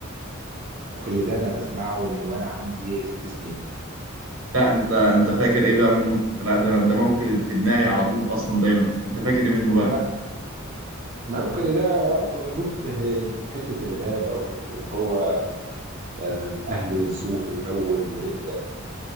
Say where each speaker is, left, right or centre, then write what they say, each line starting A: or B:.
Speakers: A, on the right (about 40°); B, on the right (about 75°).
A: الموكل ده انا بسمعه من وانا عندي ست سنين
B: لا أنت أنت فاكر إيه بقى منه؟ لا ده أنا ده موكلي في دماغي على طول أصلا دايما أنت فاكر إيه منه بقى؟
A: ما- الموكل ده بص هي حته الغابه وحته ان هو آه، اهله ينسوه في الاول ويبدا